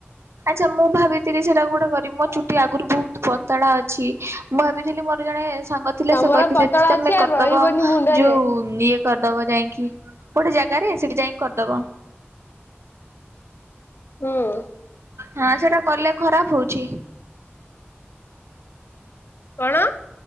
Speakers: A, on the right (about 75°); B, on the left (about 55°).
A: ସେ ମୁଁ ଭାବିଥିଲି ସେଟା ଗୋଟେ କରିବି ମୋ ଚୁଟି ଆଗରୁ ବହୁତ ପତଳା ଅଛି ମୁଁ ଭାବିଥିଲି ମୋର ଜଣେ ସାଙ୍ଗ ଥିଲେ
B: ତମର
A: ସେ କହିଥିଲେ
B: ପତଳା
A: ତମେ
B: ଅଛି ଆଉ
A: କର୍ଦବ
B: ରହିବନି ମୁଣ୍ଡରେ
A: ଯୋଉ ଇଏ କରିଦବ ଯାଇକି ଗୋଟେ ଜାଗାରେ ସେଠି ଯାଇକି କରିଦବ।
B: ହୁଁ
A: ହଁ ସେଟା କଲେ ଖରାପ ହଉଛି।
B: କଣ?